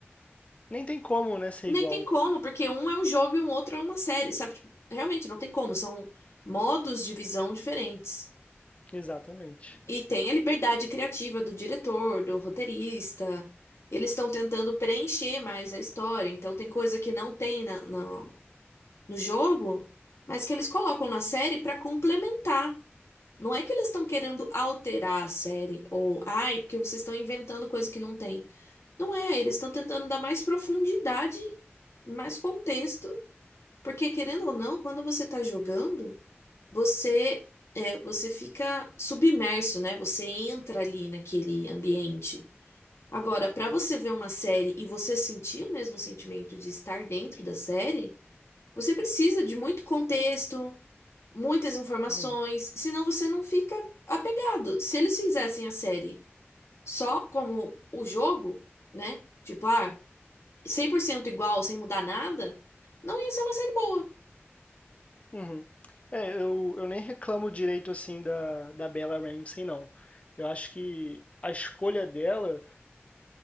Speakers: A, on the left; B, on the left.
A: Nem tem como, né, ser
B: Nem
A: igual.
B: tem como, porque um é um jogo e um outro é uma série, sabe? Tipo, realmente não tem como, são modos de visão diferentes.
A: Exatamente.
B: E tem a liberdade criativa do diretor, do roteirista. Eles estão tentando preencher mais a história, então tem coisa que não tem na, na- no jogo, mas que eles colocam na série para complementar. Não é que eles estão querendo alterar a série, ou ai, porque vocês estão inventando coisa que não tem. Não é, eles estão tentando dar mais profundidade, mais contexto, porque querendo ou não, quando você está jogando, você é, você fica submerso, né? Você entra ali naquele ambiente. Agora, para você ver uma série e você sentir o mesmo sentimento de estar dentro da série, você precisa de muito contexto, muitas informações,
A: Uhum.
B: senão você não fica apegado. Se eles fizessem a série só como o jogo, né? Tipo, ah, 100% igual, sem mudar nada, não ia ser uma série boa.
A: Uhum. É, eu, eu nem reclamo direito assim da, da Bella Ramsey, não. Eu acho que a escolha dela,